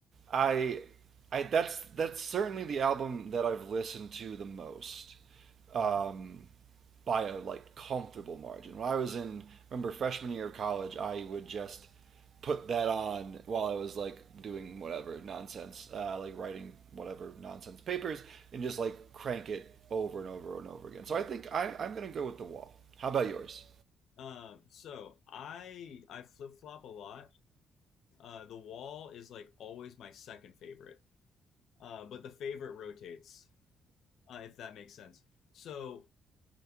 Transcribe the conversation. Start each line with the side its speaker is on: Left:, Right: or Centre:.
Right: I, I that's that's certainly the album that I've listened to the most,
Left: Mhm.
Right: um, by a like comfortable margin. When I was in, remember freshman year of college, I would just put that on while I was like doing whatever nonsense, uh, like writing whatever nonsense papers, and just like crank it over and over and over again. So I think I, I'm gonna go with the wall. How about yours?
Left: Um, so I I flip flop a lot. Uh, The Wall is like always my second favorite, uh, but the favorite rotates, uh, if that makes sense. So